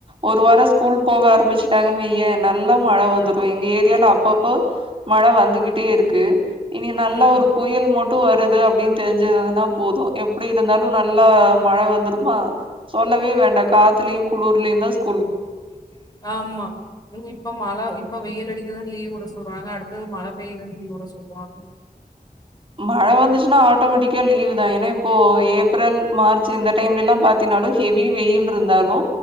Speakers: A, on the right (about 35°); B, on the left (about 25°).
A: ஒரு வாரோ ஸ்கூல் போக ஆரம்பிச்சிட்டாங்கன்ன நல்லா மழ வந்துரு எங்க ஏரியால நல்லா அப்பப்ப போ மழ வந்துகிட்டே இருக்கு இனி நல்ல
B: ம்.
A: ஒரு புயல் மொட்டு வருது அப்புடின்னு தெரிஞ்சு னா போதும் எப்படி இருந்தாலும் நல்லா மழை வந்துருமா சொல்லவே வேண்டா காத்துலயு குளுர்லயுந்தா ஸ்கூ
B: ஆமா ம் இப்ப மழ இப்ப வெயில் அடிக்குதுனு லீவ்வுட சொல் சொல்றாங்க அடுத்தது மழ பெய்துன் லீவ்வுட சொல்வாங்க
A: மழ வந்துச்சுன்னா ஆட்டோமேட்டிக்கா லீவுதா ஏனா இப்போ ஏப்ரல் மார்ச் இந்த டைம்லில்லா பாத்தீனா லு ஹெவி வெயில்ருந்தாலு